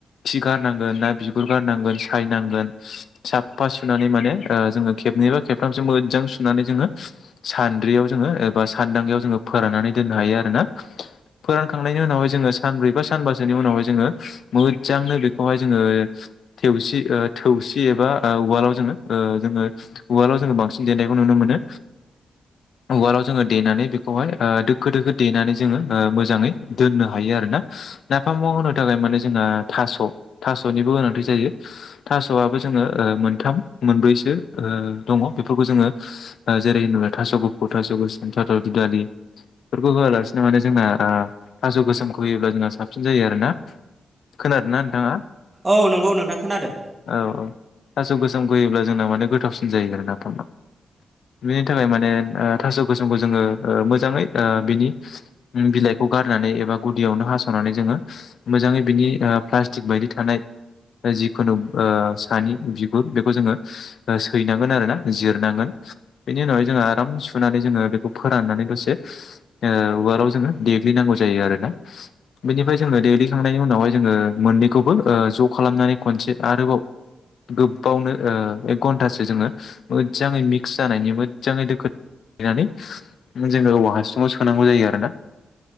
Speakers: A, on the left; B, on the right.
A: खि गारनांगोन ना बिगुर गारनांगोन सायनांगोन। साफा सुनानै माने ओ जोङो खेबनै बा खेबथामसो मोजां सुनानै जोङो सानद्रियाव जोङो एबा सानदांगायाव जोङो फोराननानै दोननो हायो आरोना। फोरानखांनायनि उनाव जोङो सानब्रै बा सानबासोनि उनावहाय जोङो मोजांनो बेखौहाय जोङो थेवसि ओ थौसि एबा ओ उवालाव जोङो ओ जोङो उवालाव जोङो बांसिन देनायखौ नुनो मोनो उवालाव जोङो देनानै बेखौहाय ओ दोखो दोखो देनानै जोङो ओ मोजाङै दोननो हायो आरो ना नाफामाव होनो थाखाय माने जोंहा थास' थास'निबो गोनांथि जायो। थास'आबो जोङो ओ मोनथाम मोनब्रैसो ओ दङ बेफोरखौ जोङो ओ जेरै नोङो थास' गुफुर थास' गोसोम थास' दुदालिफोरखौ होआलासिनो माने जोंना ओ थास' गोसोमखौ होयोब्ला जोंहा साबसिन जायो आरोना। खोनादों ना नोंथाङा?
B: औ नंगौ नोंथां खोनादो।
A: अ थास' गोसोम होयोब्ला जोंना माने गोथावसिन जायो आरो नाफामा। बिनि थाखाय माने ओ थास' गोसोमखौ जोङो ओ मोजाङै ओ बिनि उम बिलाइखौ गारनानै एबा गुदियावनो हास'नानै जोङो मोजाङै बिनि ओ प्लास्टिक बायदि थानाय ओ जिखुनु ओ सानि बिगुर बेखौ जोङो ओ सैनांगोन आरो ना जिरनांगोन बेनि उनावहाय जोङो आराम सुनानै जोङो बेखौ फोराननानै दसे उवालाव जोङो देग्लिनांगौ जायो आरोना बेनिफ्राय जोङो देग्लिखांनायनि उनावहाय जोङो मोननैखौबो ओ ज' खालामनानै खनसे आरोबाव गोब्बावनो ओ एक घन्टासो जोङो मोदजाङै मिक्स जानायनि मोदजाङै दोखो नानै जोङो औवा हासुङाव सोनांगौ जायो आरोना।